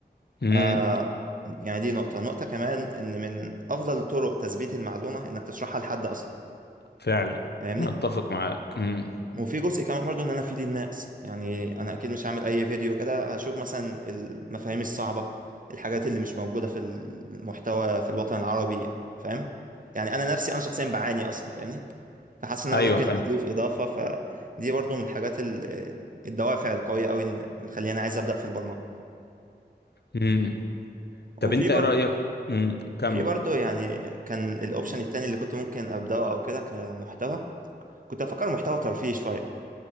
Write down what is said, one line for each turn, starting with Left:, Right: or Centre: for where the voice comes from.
Left: امم
Right: آه، يعني دي نقطة نقطة كمان إن من أفضل طرق تثبيت المعلومة إنك تشرحها لحد أصلا
Left: فعلا
Right: فاهمني
Left: أنا أتفق معاك امم
Right: وفي جزء كمان برضو إن أنا أفيد الناس يعني أنا أكيد مش هعمل أي فيديو كده هشوف مثلا المفاهيم الصعبة الحاجات اللي مش موجودة في المحتوى في الوطن العربي فاهم يعني أنا نفسي أنا شخصيا بعاني أصلا فاهمني فحاسس ان انا
Left: أيوه
Right: ممكن
Left: فاهم
Right: اضيف اضافه فدي برضو من الحاجات ال- الدوافع القويه قوي اللي مخليني عايز ابدا في البرمجه
Left: امم طب
Right: وفي
Left: أنت
Right: برضو
Left: إيه رأيك امم كمل
Right: في برضو يعني كان الاوبشن التاني اللي كنت ممكن ابداه او كده كمحتوى كنت افكر محتوى ترفيهي شويه